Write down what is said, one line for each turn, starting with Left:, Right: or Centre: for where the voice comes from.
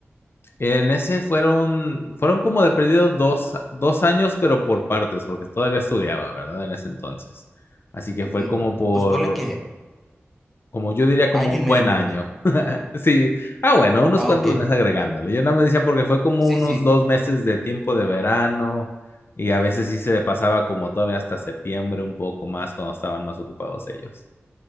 Left: En ese fueron, fueron como de perdido dos, dos años, pero por partes, porque todavía estudiaba, ¿verdad? En ese entonces. Así que fue
Centre: No,
Left: como por,
Centre: pues ponle que
Left: como yo diría, como
Centre: año
Left: un
Centre: y medio,
Left: buen año.
Centre: ponle.
Left: <laughs> Sí, ah, bueno, unos
Centre: Ah,
Left: cuantos
Centre: ok.
Left: meses agregándole. Yo nada me decía porque fue como
Centre: Sí,
Left: unos
Centre: sí,
Left: dos meses de tiempo de verano y a veces sí se pasaba como todavía hasta septiembre un poco más cuando estaban más ocupados ellos.